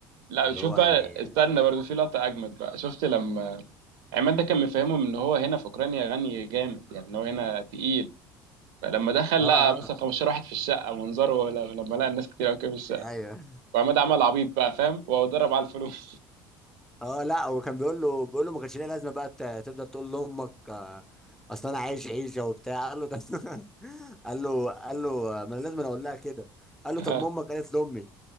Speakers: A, on the right; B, in the centre.
A: لا
B: اللي
A: شوف
B: هو
A: بقى
B: يعني
A: استنى برضه في لقطه اجمد بقى شفت لما عماد ده كان مفهمهم ان هو هنا في اوكرانيا غني جامد يعني ان هو هنا تقيل فلما دخل
B: اه
A: لقى
B: اه
A: مثلا 15 واحد في الشقه منظره ل- لما لقى الناس كتير قوي كده في الشقه
B: ايوه
A: وعماد عمل عبيط بقى فاهم وضرب على الفلوس
B: اه لا هو كان بيقول له بيقول له ما كانش ليها لازمه بقى ت- تفضل تقول لامك آه، اصل انا عايش عيشه وبتاع <laughs> قال له ده <laughs> قال له قال له آه، ما انا لازم أنا اقول لها كده قال
A: <laughs>
B: له طب ما امك قالت لامي